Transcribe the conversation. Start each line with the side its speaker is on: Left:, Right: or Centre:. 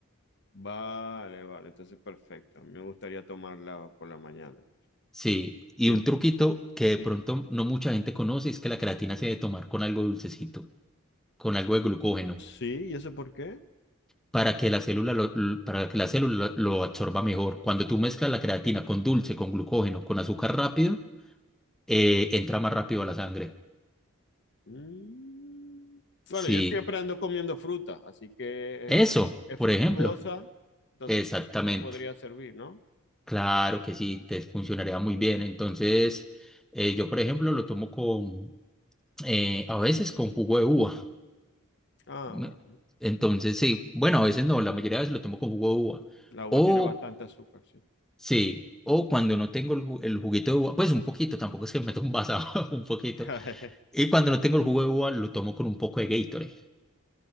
Left: Vale, vale, entonces perfecto. A mí me gustaría tomarla por la mañana.
Centre: Sí, y
Left: Bien.
Centre: un truquito que
Left: Sí.
Centre: de pronto no mucha gente conoce es que la creatina se debe tomar con algo dulcecito, con algo de glucógeno,
Left: Sí, ¿y eso por qué?
Centre: para que la célula lo, l- para que la célula lo absorba mejor. Cuando tú mezclas la creatina con dulce, con glucógeno, con azúcar rápido, eh, entra más rápido a la sangre.
Left: Mm. Bueno,
Centre: Sí,
Left: yo siempre ando comiendo fruta, así que
Centre: eso,
Left: eh, es
Centre: por
Left: fructuosa,
Centre: ejemplo.
Left: entonces
Centre: Exactamente.
Left: podría servir, ¿no?
Centre: Claro que sí, te funcionaría muy bien. Entonces, eh, yo, por ejemplo, lo tomo con, eh, a veces con jugo de uva.
Left: Ah,
Centre: Me-
Left: vale.
Centre: Entonces, sí, bueno, a veces no, la mayoría de veces lo tomo con jugo de uva.
Left: La uva
Centre: O,
Left: tiene bastante azúcar, sí.
Centre: sí, o cuando no tengo el, ju- el juguito de uva, pues un poquito, tampoco es que me <laughs> tomo un vaso, <laughs> un poquito.
Left: <laughs>
Centre: Y cuando no tengo el jugo de uva, lo tomo con un poco de Gatorade,